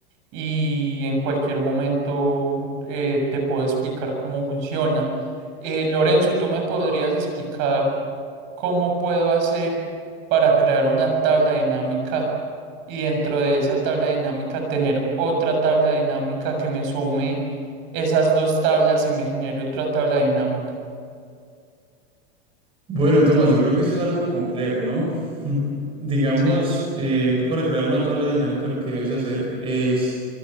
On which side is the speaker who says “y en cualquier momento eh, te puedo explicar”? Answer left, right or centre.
Right